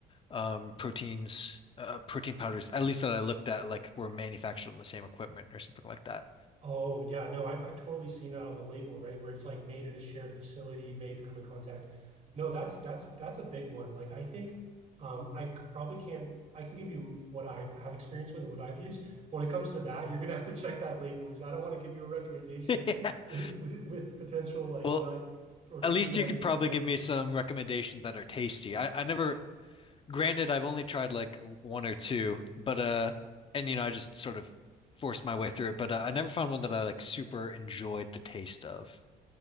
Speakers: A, on the left; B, on the right.
A: um, proteins, uh, protein powders, at least that I looked at, like were manufactured on the same equipment or something like that.
B: Oh yeah, no, I've I've totally seen that on the label, right? Where it's like made at a shared facility, made come in contact. No, that's that's that's a big one. Like I think um I c- probably can't I can give you what I've have experience with and what I've used. But when it comes to that, you're gonna have to check that label because I don't want to give you a recommendation
A: <laughs>
B: with, with with potential like
A: Well,
B: nut or tree
A: at least
B: nut
A: you could
B: or
A: probably
B: contamination.
A: give me some recommendations that are tasty. I, I never, granted, I've only tried like one or two, but uh, and you know, I just sort of forced my way through it, but uh, I never found one that I like super enjoyed the taste of.